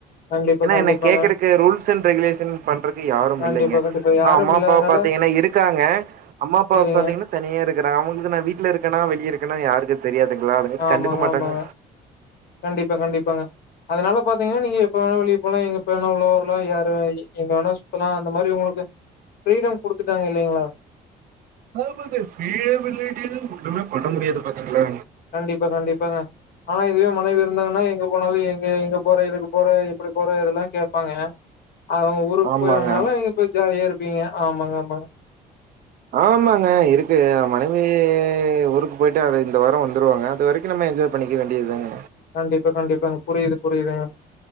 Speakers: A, on the left (about 65°); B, on the right (about 55°).
A: கண்டிப்பா
B: ஏன்னா
A: கண்டிப்பாங்க
B: என்ன கேக்குறக்கு ரூல்ஸ் அண்ட் ரெகுலேஷன் பண்றதுக்கு யாரும்
A: கண்டிப்பா
B: இல்லங்க
A: கண்டிப்பா யாரும்
B: அம்மா
A: இல்லாதனால
B: அப்பாவ பாத்தீங்கன்னா இருக்காங்க அம்மா அப்பாவ
A: சேரிங்க
B: பாத்தீங்கன்னா தனியா இருக்காங்க அவங்களுக்கு நா வீட்டுல இருக்கனா வெளிய இருக்கன்னா யாருக்கு தெரியாதுங்களா அதுங்காட்டி
A: ஆமாங்க
B: கண்டுக்க மாட்டாங்க
A: ஆமாங்க கண்டிப்பா கண்டிப்பாங்க அதனால பாத்தீங்கன்னா நீங்க எப்ப வேணா வெளியே போலா எங்கப்ப வேணா உள்ள வரலா யாரு எங்க வேணா சுத்தலா அந்த மாதிரி உங்களுக்கு ஃரீடம் கொடுத்துட்டாங்க இல்லங்களா
B: ஆமாங்க ஃப்ரீடம் இல்லாட்டி எல்லா ஒன்னுமே பண்ண முடியாது பாத்தீங்களா
A: கண்டிப்பா கண்டிப்பாங்க ஆனா இதுவே மனைவி இருந்தாங்கன்னா எங்க போனாலு எங்க எங்க போற இதுக்கு போற எப்டி போற இதெல்லா கேட்பாங்க அ அவங்க ஊருக்கு
B: ஆமாங்க
A: போயனாலங்க போய் ஜாலியா இருப்பீங்க ஆமாங்க ஆமாங்க
B: ஆமாங்க இருக்கு ஆ மனைவி ஊருக்கு போயிட்டு அது இந்த வார வந்துருவாங்க அது வரைக்கும் க்கும் நம்ம என்ஜாய் பண்ணிக்க வேண்டியதுாங்க
A: கண்டிப்பா கண்டிப்பாங்க புரிது புரிதுங்க